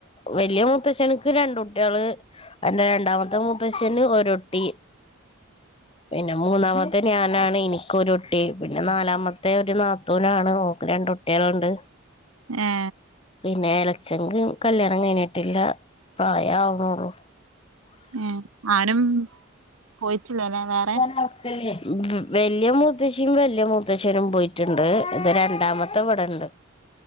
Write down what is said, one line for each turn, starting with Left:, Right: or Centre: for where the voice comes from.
Left: വല്യ മൂത്തച്ഛൻക് രണ്ടുട്യേള് അതിന്റെ രണ്ടാമത്തെ മൂത്തച്ചന് ഒരുട്ടി പിന്നെ മൂന്നാമത്തെ ഞാനാണ് എനിക്കൊരുട്ടി. പിന്നെ നാലാമത്തെ ഒരു നാത്തൂനാണ് ഓക്ക് രണ്ടുട്ട് ട്ടിയൊള്ണ്ട്
Right: ഏ..
Left: പിന്നെ ഇളച്ചൻക് കല്ല്യാണം കഴിഞ്ഞിട്ടില്ല. പ്രായാവ്ന്നോള്ളൂ..
Right: ഏ ആരും പോയിട്ടില്ലല്ലെ വേ
Left: പോന അവതല്ലി <unintelligible> ഉം വല്യ മൂത്തച്ചിം വല്യ മൂത്തച്ഛനും പോയിട്ടുണ്ട്... ഇപ്പൊ രണ്ടാമത്തെ ഇവിടെണ്ട്